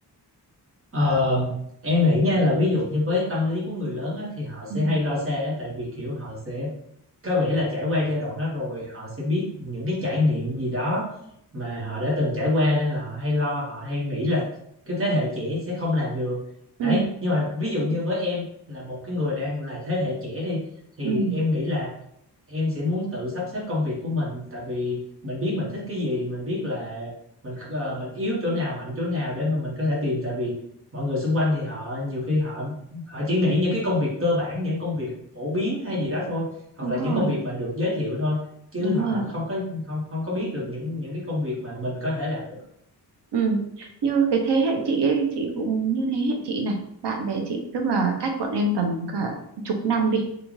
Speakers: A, on the right; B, on the right.
A: Ờ, em nghĩ nha là ví dụ như với tâm lý của người lớn á, thì họ
B: Ừ.
A: sẽ hay lo xa á, tại vì kiểu họ sẽ có vẻ là trải qua giai đoạn đó rồi họ sẽ biết những cái trải nghiệm gì đó mà họ đã từng trải qua nên là họ hay lo họ hay nghĩ là cái thế hệ trẻ sẽ không làm được đấy
B: ừ
A: nhưng mà ví dụ như với em là một cái người đang là thế hệ trẻ đi thì
B: ừ
A: em nghĩ là em sẽ muốn tự sắp xếp công việc của mình tại vì mình biết mình thích cái gì mình biết là mình ờ, mình yếu chỗ nào mạnh chỗ nào để mà mình có thể tìm tại vì mọi người xung quanh thì họ nhiều khi họ họ chỉ nghĩ những cái công việc cơ bản những công việc phổ biến hay gì đó thôi hoặc
B: đúng
A: là
B: rồi
A: những công việc mà được giới thiệu thôi chứ
B: đúng
A: họ
B: rồi
A: không có không không có biết được những những cái công việc mà mình có thể làm được
B: ừ như cái thế hệ chị ấy chị cũng như thế hệ chị này bạn bè chị tức là cách bọn em tầm cả chục năm đi